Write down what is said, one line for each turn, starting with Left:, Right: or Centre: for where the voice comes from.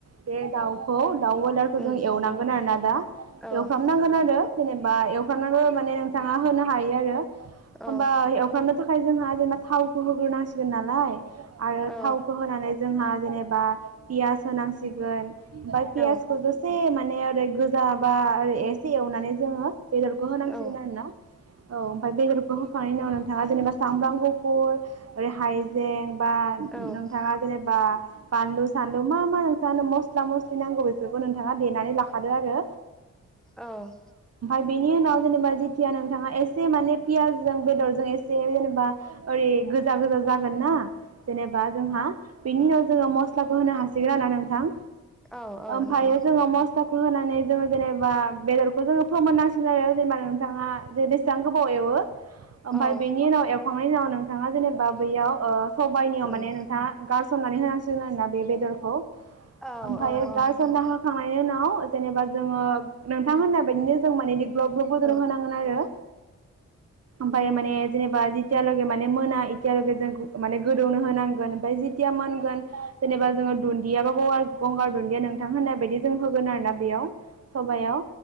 Right: बे दाउखौ दाउ ब्रयलारखौ
Centre: उम
Right: जों एवनांगोन आरोना दा
Centre: औ ओ
Right: एवफ्रामनांगोन आरो जेनेबा बा एवफामनाबो माने नोंथाङा होनो हायो आरो होमबा
Centre: औ
Right: एवफ्रामनायखौ <unintelligible> थावखौ होग्रोनांसिगोन नालाय आरो
Centre: औ
Right: थावखौ होनानै जोंहा जेनेबा बा पियास होनांसि सिगोन ओमफाय पियासखौ
Centre: औ
Right: दसे माने ओरै गोजा बा आरो एसे एवनानै जोङो बेदरखौ होनांसिगोन
Centre: औ
Right: आरो ना औ ओमफाय बेदरखौ हो होखांनायनि उनाव नोंथाङा जेनेबा सामब्राम गुफुर ओरै हाइजें बा
Centre: औ
Right: नोंथाङा जेनेबा बानलु सानलु मा मा सानो मस्ला मस्लि नांगौ बेफोरखौ नोंथाङा देनानै लाखादो आरो।
Centre: औ।
Right: बेनि उनाव जेनेबा जिथिया नोंथाङा एसे माने पियासजों बेदरजों एसे जेनेबा ओरै गोजा गोजा जागोन ना जेनेबा जोंहा बिनि उनाव जोङो मस्लाखौ होनो हासि <unintelligible> थां
Centre: औ औ
Right: ओमफायो
Centre: नोंथां
Right: जोङो मस्लाखौ बो होनानै जोङो जेनेबा बेदरखौ जोङो फोमोन नांसिगोन आरो जेनेबा नोंथाङा जे बेसेबां गोबाव एवो। ओमफाय
Centre: औ
Right: बेनि उनाव एव खांनायनि उनाव नोंथाङा जेनेबा बैयाव ओ सबायनियाव
Centre: उम
Right: माने नोंथाङा गार सननानै होनांसिगोन आरोना बे बेदरखौ। ओमफायो
Centre: औ औ
Right: गारसानना
Centre: नोंथां
Right: होखांनायनि उनाव जेनेबा जोङो नोंथां होननाय बायदिनो जों माने दै ग्लब ग्लब गोदौ
Centre: औ
Right: होनांगोन आरो ओफायो माने जेनेबा जितियालगे माने मोना एतियालगे जों माने गोदौनो होनांगोन ओमफाय जि तिया मोनगोन जेनेबा जोङो गैयाबा गगार गंगार दुन्दिया नोंथां होननाय बायदि जों होगोन आरोना बेयाव सबायाव